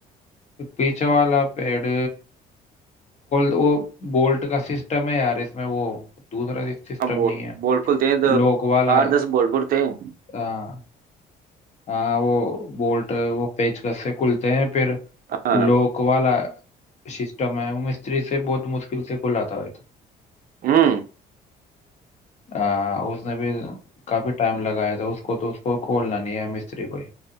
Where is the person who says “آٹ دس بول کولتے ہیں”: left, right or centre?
Right